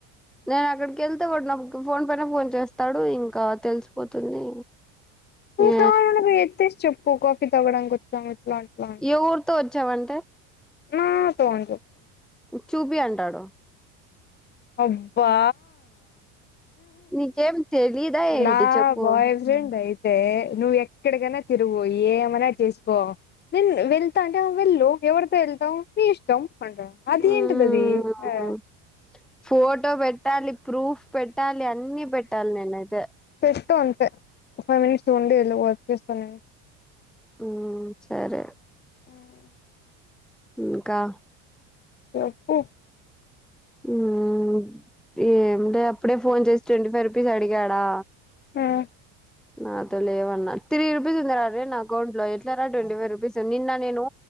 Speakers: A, in the centre; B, on the left (about 30°).
A: నేను అక్కడికి వెళ్తే ఒకడు నాకు ఫోన్ పైన ఫోన్ చేస్తాడు ఇంకా తెలిసిపోతుంది
B: ఇంకానకు
A: ఆ
B: ఎత్తేసి చెప్పు కాఫీ తగడం కొచం ఇట్లా అని అట్లా
A: ఏ ఊరితో వచ్చావంటే
B: నాతో అని చెప్పు
A: చూపి అంటాడు
B: అబ్బా
A: నీకేం తెలీదా ఏంటి
B: నా
A: చెప్పు
B: బాయ్ ఫ్రెండ్ అయి తె నువ్వు ఎక్కడికైనా తిరుగు ఏమైనా చేసుకో నేను వెళ్తా అంటే వెళ్ళు ఎవరితో వెళ్తావ్ నీ ఇష్టం అంట అదింటిదదీ
A: మ్మ్
B: ఆ
A: ఫోటో పెట్టాలి ప్రూఫ్ పెట్టాలి అన్ని పెట్టాలి నేనైయితే
B: ఫేస్ట్ అంతే ఫైవ్ మినిట్స్ ఉండి వెళ్ళ వర్క్ చేస్తాను నేను
A: మ్మ్ సరే
B: మ్మ్
A: ఇంకా
B: చెప్పు
A: మ్మ్ ఏంటే అప్పుడే ఫోన్ చేసి ట్వంటీ ఫైవ్ రూపీస్ అడిగాడా
B: యా
A: నాతో లేవన్నా త్రీ రూపీస్ ఉంది ఆడే నా అకౌంట్ లో ఎట్లార ట్వంటీ ఫైవ్ రూపీస్ నిన్న నేను